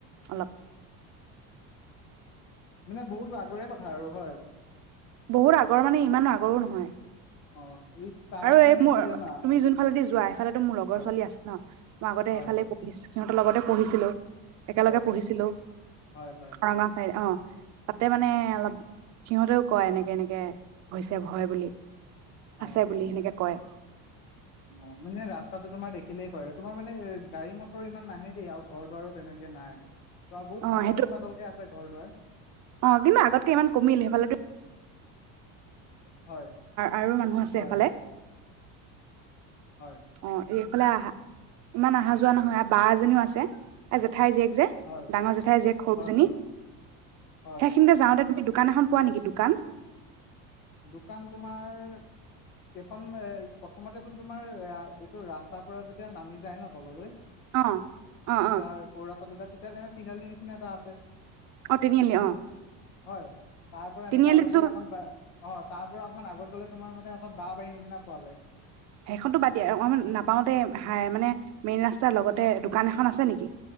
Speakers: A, on the right; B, on the left.
A: অলপ
B: মানে বহুতো আগৰে কথা আৰু হয়
A: বহুত আগৰ মানে ইমানো আগৰো নহয়
B: অ এই তাত
A: আৰু এই
B: মানে
A: মোৰ
B: কি জানা
A: তুমি যোন ফালেদি যোৱা সেই ফালে টো মোৰ লগৰ
B: হয়,
A: ছোৱালী আছে ন মই আগতে
B: হয়,
A: সেইফালে
B: হয়,
A: পঢ়িছো সিহত লগতে পঢ়িছিলো একেলগে
B: হয়,
A: পঢ়িছিলো
B: হয়, হয়,
A: খৰগাও চাইড অ তাতে মানে অলপ সিহঁতেও কয় এনেকে এনেকে হৈছে ভয় বুলি
B: অ',
A: তই বুলি সেনেকে কয়
B: অ মানে ৰাস্তাটো তোমাৰ দেখিলেই কয় তোমাৰ মানে গাড়ী মটৰ ইমান নাহে দেই আৰু ঘৰ দোৱাৰু আৰু তেনেকে নাই ইয়াত বহুত
A: অ
B: পাতল
A: সেইটো
B: পাতলকে আছে হয় ঘৰ দুৱাৰ
A: অ কিন্তু আগতকে ইমান কমিল সেইফালে টো
B: হয়,
A: আৰু মানুহ আছে
B: হয়,
A: হেফালে
B: হয়, হয়,
A: অ এই ইফালে আহা ইমান অহা যোৱা নহয় মানে বা এজনীও আছে আৰু জেঠাই জীয়েক যে
B: হয়,
A: ডাঙৰ জেঠাই যে সৰুজনী
B: হয়, হয়, হয়।
A: সেইখিনিতে যাওঁতে তি দোকান এখন পোৱা নেকি দোকান
B: দোকান তোমাৰ কেইখন এ প্ৰথমতে টো তোমাৰ এ এইটো ৰাস্তাৰ পৰা যেতিয়া নামি যায় ন তললৈ তেতিয়া
A: অ অ অ
B: সৰু ৰাস্তা তে তেতিয়া তে তিনিনালিৰ নিচিনা এটা আছে
A: অ তিনিআলি অ
B: হয় তাৰ পৰা
A: তিনিআলিতো
B: এনেকে আগত গ'লে অকণ অ তাৰ পৰা অকণমান আগত গ'লে তোমাৰ মানে এখন বাহ বাৰীৰ নিচিনা পোৱা যায়
A: সেইখনতো বাদ দিয়া অকমান নাপাওতে হ মানে মেইন ৰাস্তাৰ লগতে দোকান এখন আছে নেকি